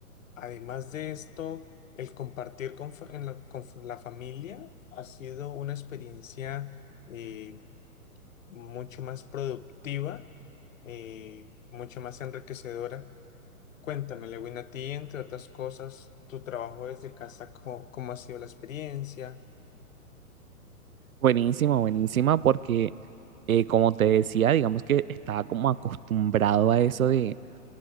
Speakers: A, on the left; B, on the right.
A: además de esto, el compartir con, fa- en la, con la familia ha sido una experiencia eh, mucho más productiva, eh, mucho más enriquecedora. Cuéntame, Lewin, a ti, entre otras cosas, tu trabajo desde casa, co- cómo ha sido la experiencia?
B: Buenísima, buenísima, porque eh, como te decía, digamos que estaba como acostumbrado a eso de,